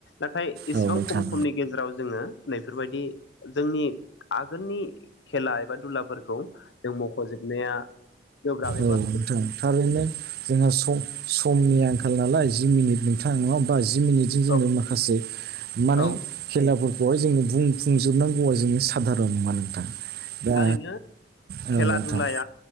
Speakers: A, on the left; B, on the right.
A: नाथाय एसेबां
B: औ नोंथां
A: खम समनि गेजेराव जोङो नैफोरबायदि जोंनि आगोलनि खेला एबा दुलाफोरखौ जों मख'जोबनाया गोब्राब
B: औ
A: एबा
B: नोंथां थारैनो जोंहा समनि आंखाल नालाय जि मिनिट नोंथाङा नङा बा जि मिनिटजों जोंो
A: औ
B: माखासे माने
A: औ
B: खेलाफोरखौहाय जोङो बुंफुंजोबनांगौआ जोङो साधारन नङाान नथां दा
A: थारैनो
B: औ
A: खेला
B: नोंथां
A: दुलाया